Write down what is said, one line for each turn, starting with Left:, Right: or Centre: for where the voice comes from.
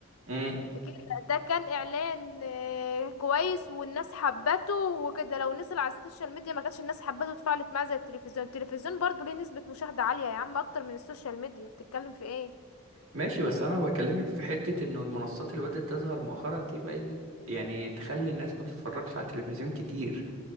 Right: مم.
Left: كده ده كان اعلان آه، كويس والناس حبته وكده لو نزل على السوشيال ميديا ما كانتش الناس حبته واتفاعلت معاه زي التلفزيون التلفزيون برضو ليه نسبة مشاهدة عالية يا عم اكتر من السوشيال ميديا بتتكلم في ايه
Right: ماشي بس انا بكلمك في حتة انه المنصات اللي بدأت تظهر مؤخرا دي بقت يعني تخلي الناس ما تتفرجش على التلفزيون كتير